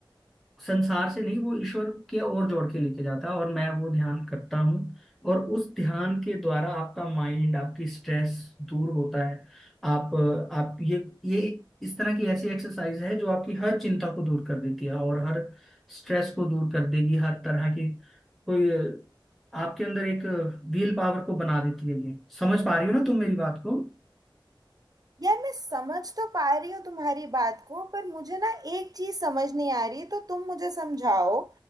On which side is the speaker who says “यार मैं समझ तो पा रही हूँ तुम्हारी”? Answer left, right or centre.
Right